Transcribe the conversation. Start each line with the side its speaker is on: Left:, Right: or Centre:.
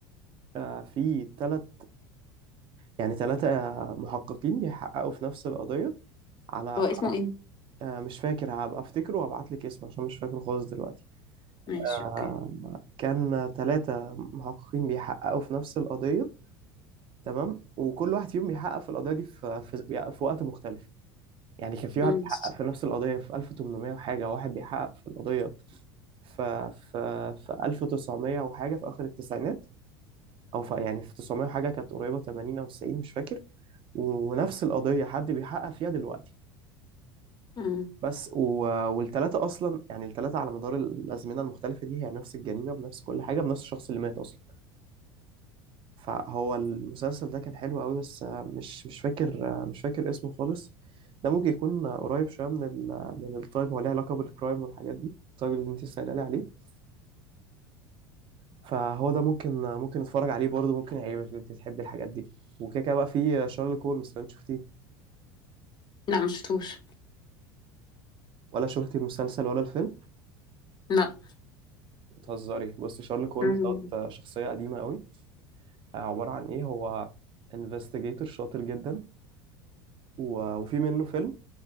Right: آه، في ثلاث يعني ثلاثة محققين بيحققوا في نفس القضية على
Left: هو اسمه
Right: على-
Left: ايه
Right: آه، مش فاكر هبقى افتكره وابعت لك اسمه عشان مش فاكره خالص دلوقتي
Left: ماشي
Right: آه،
Left: اوكي
Right: كان ثلاثة محققين بيحققوا في نفس القضية تمام وكل واحد فيهم بيحقق في القضية دي في في في وقت مختلف يعني كان في واحد
Left: مم.
Right: بيحقق في نفس القضية في 1800 وحاجة واحد بيحقق في القضية ف في في 1900 وحاجة في آخر التسعينات أو في يعني في 900 وحاجة كانت قريبة 80 أو 90 مش فاكر ونفس القضية حد بيحقق فيها دلوقتي
Left: مم.
Right: بس و... والتلاتة أصلا يعني التلاتة على مدار الأزمنة المختلفة دي هي نفس الجريمة بنفس كل حاجة بنفس الشخص اللي مات أصلا فهو المسلسل ده كان حلو قوي بس آه، مش مش فاكر آه، مش فاكر اسمه خالص ده ممكن يكون آه، قريب شويه من ال من التايب هو ليه علاقه بالكرايم والحاجات دي التايب اللي انت سائله لي عليه فهو ده ممكن آه، ممكن نتفرج عليه برضه ممكن يعجبك لو انت تحبي الحاجات دي وكده كده بقى في آه، شارلوك هولمز لو انت شفتيه
Left: لا مش شفتوش
Right: ولا شفتي المسلسل ولا الفيلم
Left: لا
Right: بتهزري بصي شارلوك هولمز
Left: مم.
Right: دوت آه، شخصيه قديمه قوي آه، عباره عن ايه هو انفستيجيتور شاطر جدا و- وفي منه فيلم